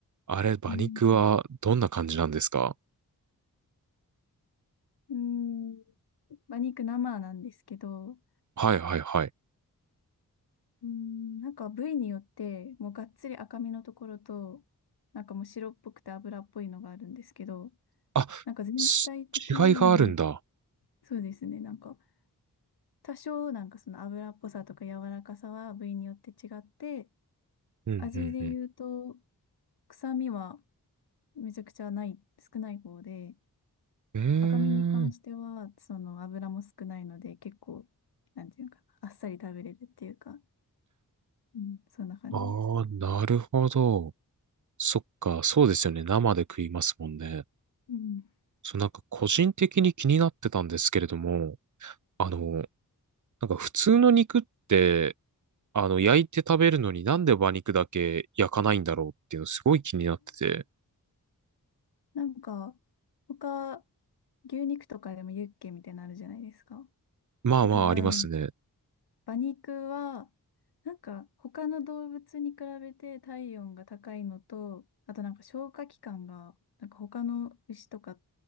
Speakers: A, on the right; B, on the left.
A: あれ、馬肉はどんな感じなんですか
B: うん、うん馬肉生なんですけど、
A: はいはいはい。
B: うーん、なんか部位によって、もうがっつり赤身のところと、なんかもう白っぽくて脂っぽいのがあるんですけど、
A: あ、
B: なんか全体的に、
A: す違いがあるんだ。
B: うん、そうですね、なんか多少なんかその脂っぽさとか柔らかさは部位によって違って、
A: うんうんうん。
B: 味で言うと臭みはめちゃくちゃない、少ない方で、
A: うー
B: 赤身に関してはその脂も少ないので結構、
A: ん。
B: なんていうのかな、あっさり食べれるっていうか、うん、そんな感じです。
A: ああ、なるほど。そっか、そうですよね。生で食いますもんね。
B: うん
A: そう、なんか個人的に気になってたんですけれども、あの、なんか普通の肉って、あの、焼いて食べるのになんで馬肉だけ焼かないんだろうっていうのすごい気になってて。
B: なんか、他、牛肉とかでもユッケみたいなのあるじゃないですか。
A: まあまあありますね。
B: で、多分、馬肉は、なんか、他の動物に比べて体温が高いのと、あとなんか消化器官が、なんか他の牛とか